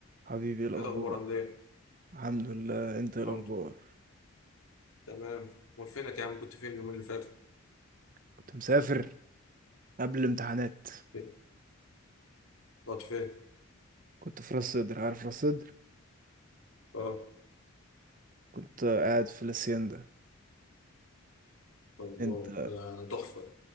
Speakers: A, on the right (about 40°); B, on the left (about 80°).
A: حبيبي إيه الأخبار
B: ايه الاخبار عامل ايه
A: الحمد لله أنت إيه الأخبار
B: الحمد لله. تمام امال فينك يا عم كنت فين اليومين اللي فاتوا
A: كنت مسافر قبل الامتحانات
B: فين؟ رحت فين
A: كنت في راس سدر عارف راس سدر
B: اه
A: كنت قاعد في الاسيندا
B: الله
A: أنت
B: ده انا تحفه